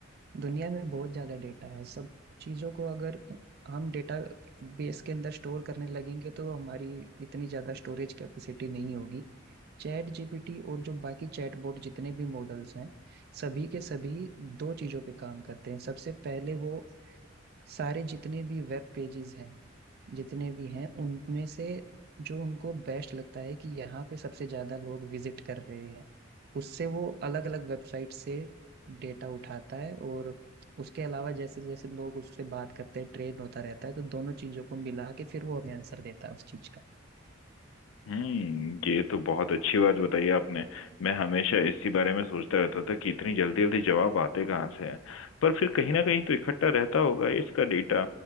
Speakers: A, on the right; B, on the left.
A: दुनिया में बहुत ज़्यादा डेटा है सब चीज़ों को अगर हम डेटा बेस के अंदर स्टोर करने लगेंगे तो हमारी इतनी ज़्यादा स्टोरेज कैपेसिटी नहीं होगी चैट जीपीटी और जो बाकी चैट बोर्ड जितने भी मॉडल्स हैं सभी के सभी दो चीज़ों पे काम करते हैं सबसे पहले वो सारे जितने भी वेब पेजेस हैं जितने भी हैं उनमें से जो उनको बेस्ट लगता है कि यहाँ पे सबसे ज्यादा लोग विजिट कर रहे हैं उससे वो अलग अलग वेबसाइट से डेटा उठाता है और उसके अलावा जैसे जैसे लोग उससे बात करते हैं ट्रेन होता रहता है तो दोनों चीजों को मिला के फिर वो हमें आंसर देता है उस चीज का
B: हम्म ये तो बहुत अच्छी बात बताई आपने मैं हमेशा इसी बारे में सोचता रहता था कि इतनी जल्दी जल्दी जवाब आते कहाँ से हैं पर फिर कहीं ना कहीं तो इकट्ठा रहता होगा इसका डेटा